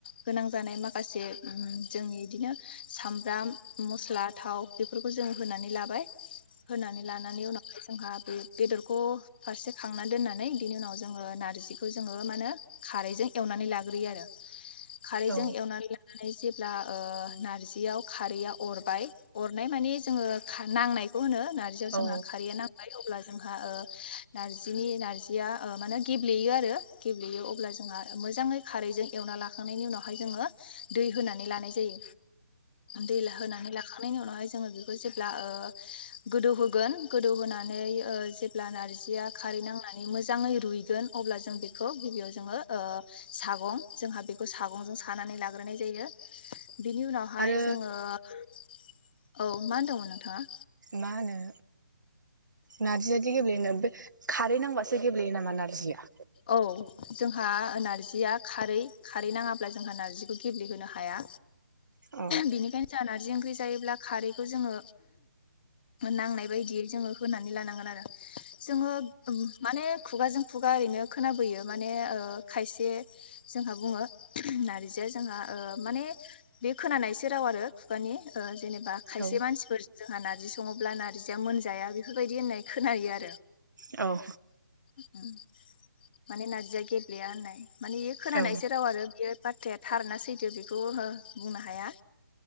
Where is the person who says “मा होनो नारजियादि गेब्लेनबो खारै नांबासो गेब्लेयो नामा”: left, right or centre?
Right